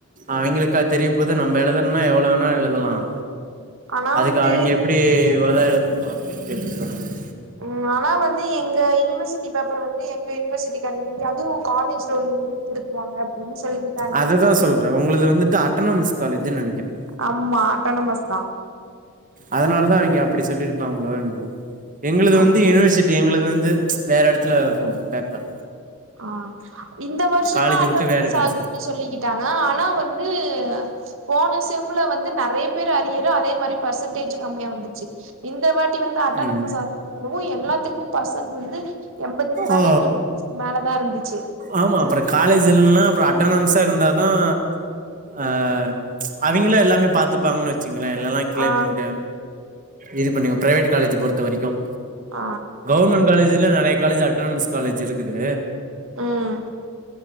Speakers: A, on the right; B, on the right.
A: அவிங்களுக்கா தெரிய போது நம்ம எழுதுணும்னா எவ்ளோ வேணா எழுதலாம்
B: ஆனா
A: அதுக்கு
B: வந்து
A: அவங்க எப்டி இவ்ளோதான் எழுதணும் அப்டின்னு கேட்டு சொல்ல முடியும்
B: ம் ஆனா வந்து எங்க யூனிவர்சிட்டி இ சி பேப்பர் வந்து எங்க யூனிவர்சிட்டி காரங்களே அதுவும் காலேஜ்ல உள்ளவங்களே திருத்துவாங்க அப்டின்னு சொல்லிக்கிட்டாங்க
A: அதுதா சொல்றே உங்களது வந்துட்டு அட்டனாமஸ் காலேஜ்னு நெனைக்கிறேன்
B: ஆம்மா அட்டனாமஸ்
A: அதனாலதான் அவங்க அப்டி சொல்லிருப்பாங்களோ என்னமோ எங்களது
B: ஆமா
A: வந்து யூனிவர்சிட் டி எங்களது வந்து வேற எடத்துல போகும் பேப்பர்
B: ஆ இந்த வருஷம்தான்
A: காலேஜ்
B: அட்டோனமஸ்
A: விட்டு வேற காலேஜ்
B: ஆகுதுன்னு சொல்லிக்கிட்டாங்க ஆனா வந்து போன செம்ல வந்து நிறைய பேர் அறியறு அதே மாறி பர்சன்டேஜ்ம் கம்மியா வந்துச்சு இந்த வாட்டி வந்து அட்டானமஸ்
A: ம்
B: வும் எல்லாத்துக்குமே பர்சன்ட் வந்து எண்பதுக்கு மேல
A: ஆ
B: எழுவத்தி அஞ்சுக்கு மேல தான் இருந்துச்சு
A: ஆமா அப்புறம் காலேஜ் இல்லான அப்புறம் அட்டானமஸ்சா இருந்தாதான் ஆ அவிங்களே எல்லாமே பாத்துப்பாங்கன்னு வச்சு எல்லல்லாம் கிளியர்
B: ஆ
A: பண்ணிட்டு இது பண்ண பிரைவேட் காலேஜ் பொறுத்த வரைக்கும்
B: ஆ
A: கவுர்மெண்ட் காலேஜ்ல நிறைய காலேஜ் அட்டனமஸ் காலேஜ் இருக்குது
B: ம்